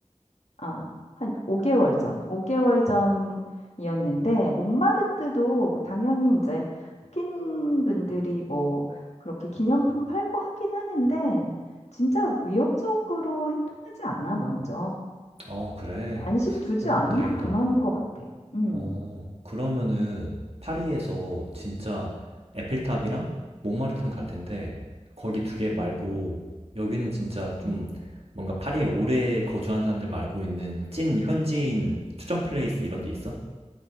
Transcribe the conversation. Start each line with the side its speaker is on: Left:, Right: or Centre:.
Left: 아, 한 5개월 전, 5개월 전이었는데, 몽마르트도 당연히 이제 흑인 분들이 뭐 그렇게 기념품 팔고 하긴 하는데, 진짜 위협적으로 행동하지 않아, 먼저.
Right: 아 그래.
Left: 관심 두지
Right: 오
Left: 않으면
Right: 다행이다.
Left: 그만인 것 같아. 음,
Right: 어 그러면은 파리에서 진짜 에펠탑이랑 몽마르트는 갈 텐데 거기 두 개 말고
Left: 음,
Right: 여기는 진짜 좀
Left: 음.
Right: 뭔가 파리에 오래 거주한 사람들 말고 있는 찐 현지인 추천 플레이스 이런 데 있어?